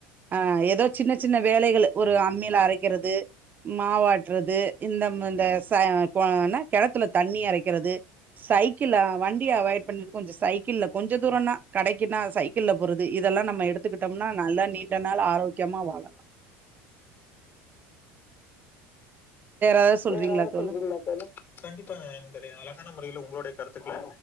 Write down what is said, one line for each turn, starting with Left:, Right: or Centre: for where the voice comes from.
Right: ஆ ஏதோ சின்ன சின்ன வேலைகள ஒரு அம்மியில அரைக்கிறது மாவாட்டுறது இந்த ம் இந்த ச ச கெணத்துல தண்ணி எரைக்கிறது சைக்கிள் வண்டிய அவாய்ட் பண்ணிரு கொஞ்சோ சைக்கிள்ல கொஞ்ச தூரோனா கடைக்கினா சைக்கிள்ல போறது இதெல்லா நம் ம் எடுத்துக்கிட்டோம்னா நல்ல நீண்ட நாள் ஆரோக்கியமா வாழலா ஏதாவது சொல்றீங்களா
Left: வேற எதாவது
Right: தோழா
Left: சொல்றீங்களா தோழி கண்டிப்பாங்க இந்த மாரி அழகான முறையில உங்களுடைய கருத்துக்கள